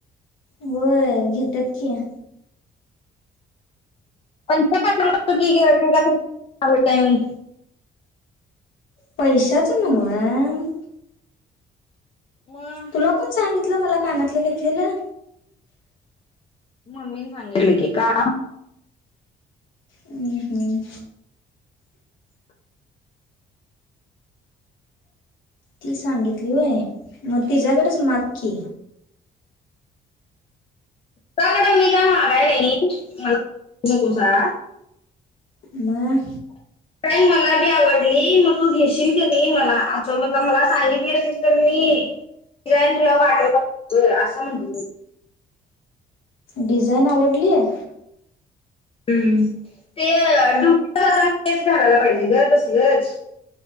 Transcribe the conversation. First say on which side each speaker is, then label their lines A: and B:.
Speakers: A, on the left (about 75°); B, on the left (about 30°).
A: होय घेतेत की
B: त्यांच्या का चुकीते का काय मी
A: पैशाच ना मग
B: मग
A: तुला कोण सांगितलं मला पाण्यातलं घेतलेलं
B: मम्मीने सांगितलं की का
A: हम् हम्म ती सांगितली होय मग तिच्या्याकडेच माग क
B: त्याकडं मला मगाय र मला कसा
A: म
B: का मला री आवडली मग तू घेशील करी मला असं मग मला सांगितली असेल तर मी िराय किवा पाठव असं म्हणत
A: डिझाईन आवडली आहे
B: हम्म ते डु घालायला पाहिजे ग तसलंच